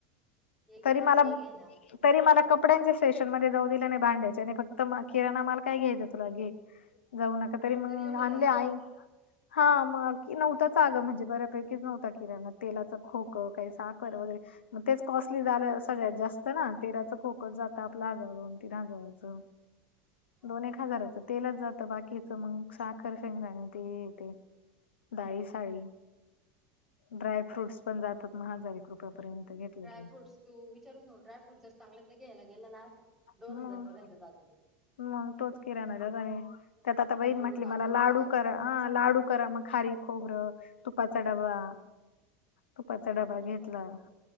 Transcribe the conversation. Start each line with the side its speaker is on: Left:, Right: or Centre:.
Centre: हे घे
Left: तरी
Centre: ना
Left: मला,
Centre: ते घे ना
Left: तरी मला कपड्यांचे सेशन मध्ये जाऊ दिलं नाहि, भांड्याच्या नाही, फक्त म किराणा माल काय घ्यायचा तुला घे. जाऊ नका तरी मग
Centre: एवढं
Left: आणले
Centre: झालं
Left: आई हा मग की नव्हताच अगं म्हणजे बऱ्यापैकीच नव्हता, किराण तेलाच खोक काही साखर वगैरे. म तेच कॉस्टली झालं सगळ्यात जास्त ना, तेराच खोक जात आपलं दोन -तीन हजाराच
Centre: हा.
Left: दोन, एक हजाराच तेलच जात बाकीच मग साखर, शेगंदाणे हे ते, ते दाईस दाळी ड्रायफ्रूटस् पण जातात ना हजार रुपयापर्यंत. घेतलं
Centre: ड्रायफूट
Left: की
Centre: तू विचारू नकोस ड्रायफूट जर चांगल्यातल जर घ्यायला गेल ना. दोन
Left: मग
Centre: हजारपर्यंत जातो.
Left: मग तोच किराणा दर आहे आणि त्यात आता बहीण
Centre: अक्रोड
Left: म्हटली
Centre: काजू
Left: मला लाडू
Centre: बदाम
Left: करा
Centre: सगळं
Left: अ लाडू करा मग खारीक. खोबरं तुपाचा डबा तुपाचा
Centre: सगळ्याच
Left: डबा
Centre: गोष्टी
Left: घेतला.
Centre: लागतात मग